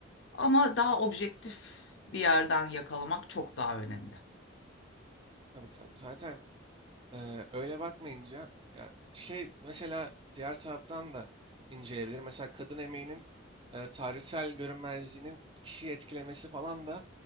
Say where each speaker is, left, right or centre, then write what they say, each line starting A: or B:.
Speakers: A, on the left; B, on the right.
A: Ama daha objektif bir yerden yakalamak çok daha önemli.
B: Tabii tabii. Zaten Ee, öyle bakmayınca ya şey mesela diğer taraftan da inceleyebilir. Mesela kadın emeğinin e, tarihsel görünmezliğinin bir kişiyi etkilemesi falan da